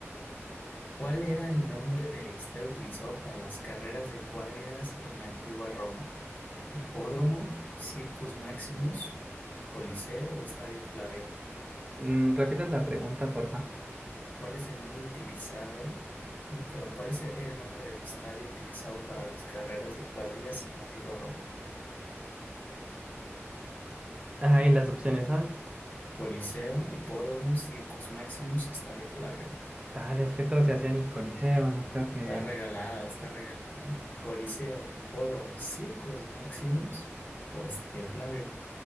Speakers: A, on the left; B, on the right.
A: ¿cuál era el nombre del estadio utilizado para las carreras de cuadrigas en la antigua Roma? Hipódromo, Circus Maximus, Coliseo o Estadio Flavio.
B: Mm, ¿repites la pregunta, porfa?
A: ¿Cuál es el nombre utilizado? Mm, Perdón, ¿cuál es el- era el nombre del estadio utilizado para las carreras de cuadrigas en la antigua Roma?
B: Ay, las opciones son.
A: Coliseo, Hipódromo, Circus Maximus, Estadio Flavio.
B: Tal, es que todo se hacía en el Coliseo, no creo que.
A: Está regalada, está regalada. Coliseo, Hipódromo, Circus Maximus o Estadio Flavio.